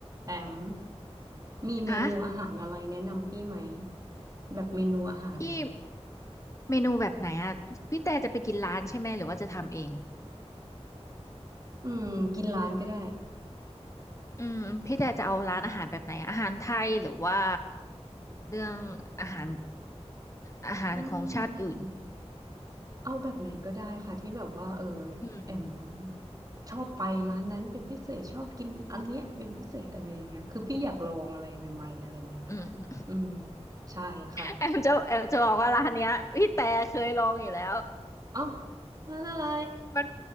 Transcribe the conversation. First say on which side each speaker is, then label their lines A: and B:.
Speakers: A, on the right; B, on the left.
A: แอมมีเมนูอาหารอะไรแนะนำพี่ไหม
B: ฮะ
A: แบบเมนูอาหารนะ
B: พี่เมนูแบบไหนอ่ะพี่แต่จะไปกินร้านใช่ไหมหรือว่าจะทำเอง
A: อืมกินร้านก็ได้
B: อืมพี่แต่จะเอาร้านอาหารแบบไหนอะอาหารไทยหรือว่าเรื่องอาหารอาหารของชาติอื่น
A: อืมเอาแบบไหนก็ได้ค่ะที่แบบว่าเออ
B: อืม
A: แอมชอบไปร้านนั้นเป็นพิเศษชอบกินอันเนี้ยเป็นพิเศษอะไรอย่างเงี้ยคือพี่อยากลองอะไรใหม่ๆอะไรเงี้ย
B: อืม <laughs>
A: อืมใช่ค่ะ
B: แอมจะแอมจะบอกว่าร้านเนี้ยพี่แต่เคยลองอยู่แล้ว
A: <laughs> อ๋อร้านอะไร
B: มัน